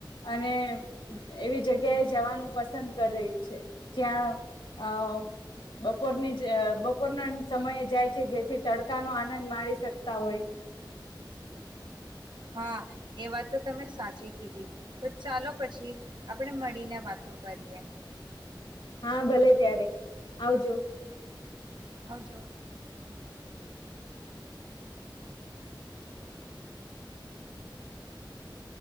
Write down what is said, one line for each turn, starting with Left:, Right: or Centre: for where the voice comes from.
Left: અને એવી જગ્યાએ જવાનું પસંદ કરે છે જ્યાં અ બપોરની જ બપોરના સમયે જાય છે જેથી તડકા નો આનંદ માણી શકતા હોય
Right: હા એ વાત તો તમે સાચી કીધી તો ચાલો પછી આપણે મળીને વાતો કરીએ
Left: હા ભલે ત્યારે આવજો
Right: આવજો
Left: <inaudible>